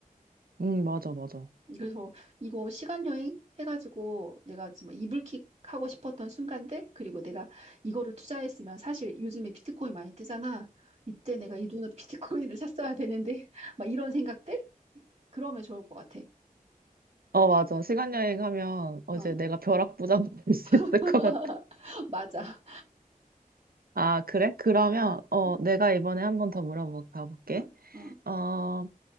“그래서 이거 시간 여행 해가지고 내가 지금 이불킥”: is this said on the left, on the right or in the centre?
Right